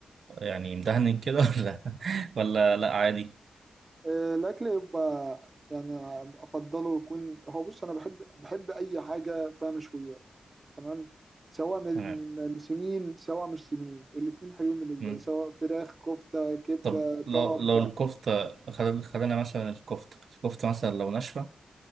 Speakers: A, on the right; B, on the right.
A: يعني مدهن كده <laughs> ولا ولا لأ عادي؟
B: آه، الأكل يبقى يعني أفضله يكون هو بص أنا بحب بحب أي حاجة فيها مشويات تمام سواء من
A: تمام
B: سمين سواء مش سمين الاتنين حلوين بالنسبة
A: مم.
B: لي سواء فراخ كفتة كبدة
A: طب
B: طرب
A: لو لو الكفتة خد- خدنا مثلا الكفتة الكفتة مثلا لو ناشفة